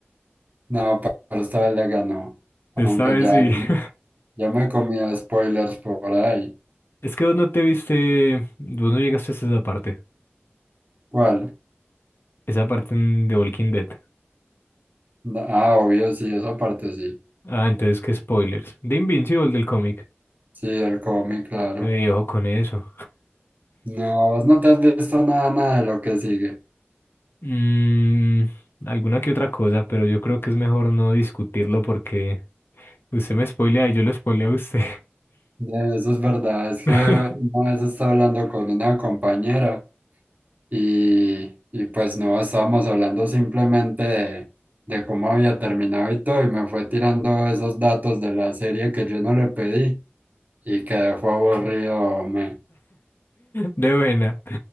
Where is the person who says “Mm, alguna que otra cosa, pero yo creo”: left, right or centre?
Left